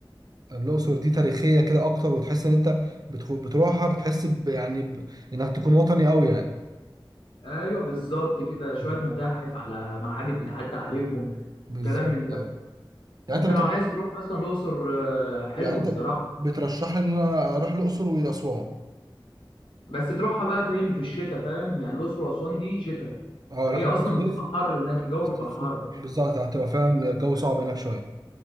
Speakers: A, on the right; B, on the left.
A: الاقصر دي تاريخيه كده اكتر وتحس ان انت بتخو... بتروحها بتحس ب... يعني ب... انك تكون وطني قوي يعني
B: ايوه بالظبط كده
A: أيوة.
B: شويه متاحف على معابد بتعدي عليهم
A: بالظبط
B: كلام من ده
A: ايوه يعني
B: انت
A: انت
B: لو
A: بترشح
B: عايز تروح اصلا الاقصر آه، حلوه
A: يعني انت
B: الصراحه
A: بترشح لي ان انا اروح الاقصر واسوان
B: بس تروحها بقى فين في الشتاء فاهم يعني الاقصر واسوان دي شتاء
A: اه
B: هي
A: لكن
B: اصلا
A: في الصيف
B: بتبقى حر هناك الجو
A: في
B: بيبقى
A: الصيف
B: حر
A: بالظبط هتبقى فعلا الجو صعب هناك شويه